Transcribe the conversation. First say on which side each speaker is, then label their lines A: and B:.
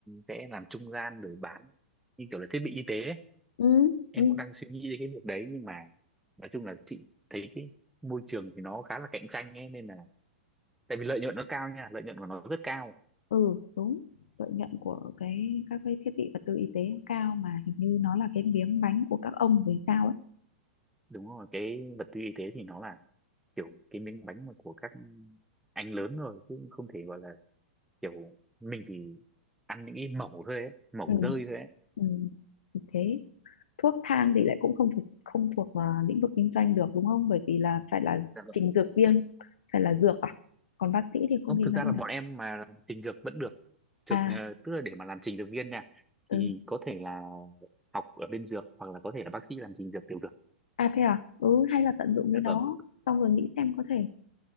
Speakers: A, in the centre; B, on the left.
A: sẽ làm trung gian rồi bán như kiểu là thiết bị y tế ấy.
B: ừ
A: em
B: ừ,
A: cũng đang suy nghĩ đến cái việc đấy nhưng mà nói chung là chị thấy cái môi trường thì nó khá là cạnh tranh ấy nên là tại vì lợi nhuận nó cao nha lợi nhuận của nó rất cao
B: ừ đúng lợi nhuận của cái các cái thiết bị vật tư y tế cao mà hình như nó là cái miếng bánh của các ông về sao ấy
A: đúng rồi cái vật tư y tế thì nó là kiểu cái miếng bánh mà của các anh lớn rồi chứ không thể gọi là kiểu mình chỉ ăn những cái mẩu thôi ấy mẩu
B: ừ
A: rơi thôi ấy
B: ừ, ừ, thì thế thuốc thang thì lại cũng không thuộc không thuộc vào lĩnh vực kinh doanh được đúng không bởi vì là phải là
A: Dạ vâng.
B: trình dược viên phải là dược à còn bác sĩ thì không
A: Không,
B: kinh
A: thực
B: doanh
A: ra là
B: được
A: bọn em mà làm trình dược vẫn được. Trực,
B: à
A: ờ, tức là để mà làm trình dược viên nha
B: ừ
A: thì có thể là học ở bên dược hoặc là có thể là bác sĩ làm trình dược đều được.
B: à thế à ừ hay là tận dụng
A: Dạ
B: cái đó
A: Vâng,
B: xong rồi nghĩ xem có thể